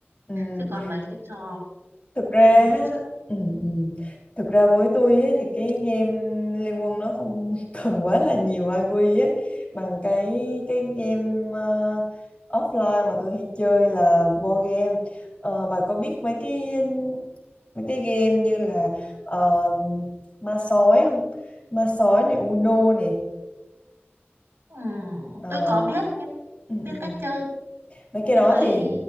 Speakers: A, on the left; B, on the right.
A: Ừm,
B: chứ còn mấy cái trò
A: thực ra
B: mấy cái
A: ha, ừm, ừm. thực ra với tôi á, thì cái game Liên Quân nó không <laughs> cần quá là nhiều IQ á bằng cái cái game ờ, offline mà tôi hay chơi là board game. Ờ, bà có biết mấy cái mấy cái game như là ờ, ma sói không? Ma sói này Uno này.
B: Ừ,
A: Ờ,
B: tôi có biết nhưng
A: ừ,
B: biết
A: ừ.
B: cách chơi.
A: mấy cái
B: Tôi
A: đó
B: thấy
A: thì